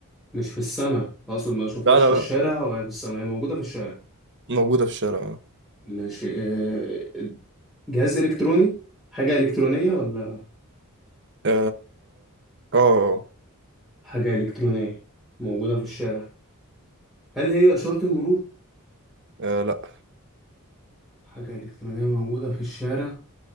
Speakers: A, in the centre; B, on the right.
A: مش في السماء أقصد ما أشوفهاش
B: لا لا
A: في الشارع
B: لا
A: ولا في السماء هي موجودة في الشارع
B: موجودة في الشارع
A: ماشي آه، جهاز إلكتروني حاجة إلكترونية ولا
B: اه اه آه،
A: حاجة إلكترونية موجودة في الشارع هل هي إشارة المرور
B: آه، لا
A: حاجة إلكترونية موجودة في الشارع